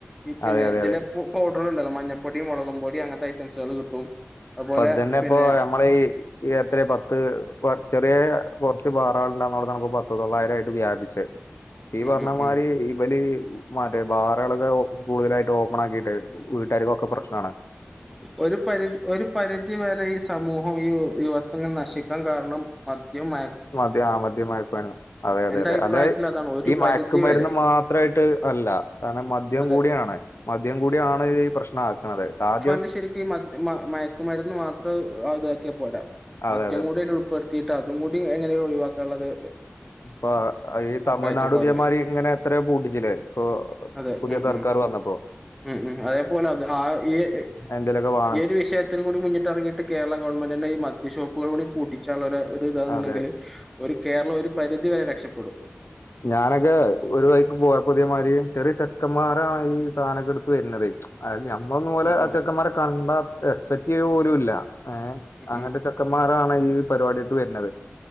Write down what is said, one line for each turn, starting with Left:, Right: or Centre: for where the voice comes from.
Centre: ഈ പിന്നെ
Left: അതെ അതെ
Centre: ഇതിന്റെ
Left: അതെ
Centre: ഫുഡ് പൗഡെറുണ്ടല്ലോ, മഞ്ഞപ്പൊടിയും മുളകും പൊടി ടി അങ്ങനെത്തെ ഐറ്റംസുകൾ കിട്ടും. അതുപോലെ
Left: പ്പ തന്നെപ്പൊ
Centre: പിന്നെ
Left: ഹെ നമ്മെളെയ് ഈ എത്ര പത്ത്, ചെറെ കൊറെച്ച് ബാറായിണ്ടെന്നുള്ള കണക്ക് പത്ത് തൊള്ളായിരം ആയിട്ട് വ്യാപിച്ച്. ഈ
Centre: ഉം
Left: പർണമാര്
Centre: ഉം ഉം
Left: ഇവെല് മറ്റേ ബാറകളൊക്കെ കൂടുതലായിട്ട് ഓപ്പൺ ആക്കിട്ട് വീട്ടുകാർക്കൊക്കെ പ്രശ്നാണ്.
Centre: ഒര് പരിച ഒര് പരിധി വെരെ ഈ സമൂഹം, ഈ യുവത്വങ്ങൾ നശിക്കാൻ കാരണം മദ്യം മയ
Left: മദ്യ ആ മദ്യ മയക്കുമരുന്നാ. അതെ, അതെ,
Centre: എന്റെ
Left: അതെ,
Centre: അഭിപ്രായത്തിൽ
Left: അതൈ
Centre: അതാണ് ഒരു
Left: ഈ
Centre: പരിധി
Left: മയക്കുമരുന്ന്
Centre: വരെ
Left: മാത്രമായിട്ട് അല്ല. കാരണം, മദ്യം
Centre: അതെ
Left: കൂടിയാണ്. മദ്യം കൂടിയാണ് ഈ പ്രശ്നമാക്കണന്നത്. കാർ
Centre: ണ ശെരിക്ക് ഈ മദ്യ മയക്കുമരുന്ന് മാത്രം ഇതാക്കിയാ പോരാ. മദ്യം
Left: അതെ അതെ
Centre: കൂടുലു. പ്പെടുത്തിയിട്ട് അതും കൂടി എങ്ങനെഴും ഒഴിവാക്കാള്ളെത്.
Left: ഇപ്പ ഈ തമിഴ്നാട്
Centre: കാഴ്ചപ്പാടില്
Left: ഉദ്യോമാര് ഇങ്ങനെ എത്രയോ പൂട്ടിച്ചിട്ട്. ഇപ്പൊ
Centre: അതെ
Left: പുതിയ
Centre: ഉം
Left: സർക്കാറ്
Centre: ഉം
Left: വന്നപ്പോ
Centre: ഉം ഉം. അതേപോലെ അത് ആ ഈ ഈ
Left: എന്തേലുക്കെ വാ
Centre: എത് വിഷയത്തിനും കൂടി മുന്നിട്ടെറങ്ങിട്ട് കേരള ഗവർമെന്റിന്റെ ഈ മദ്യഷോപ്പുകുകള് കൂടി പൂട്ടിച്ചാലൊരു--! !!!!!!!!! യിത് തോന്നുന്നൊണ്ടെങ്കില്
Left: അതെ
Centre: ഒരു കേരളം ഒരു പരിധി വെരെ രക്ഷപ്പെടും.
Left: ഞാനെക്കെ ഒരു വഴിക്ക് പോയപ്പോ പൊതിയമാര് ചെറിയ ചെക്കന്മാരാണ് ഈ സാധനൊക്കെ എടുത്ത് തെരുന്നത്. !!!!!!!!! അത് ഞമ്മെളെന്ന് മൊതല്
Centre: ഉം ഉം
Left: അച്ചെക്കന്മാരെ കണ്ടാ എക്സ്പെക്ട് ചെയ്യാപോലുല്ല. ഏഹ്. !!!!!!!
Centre: ഉം
Left: !!! അങ്ങനെത്തെ
Centre: ഉം
Left: ചെക്കന്മാരാണ് ഇന്ന് ഈ പരിപാടിട്ട് വെരുന്നത്.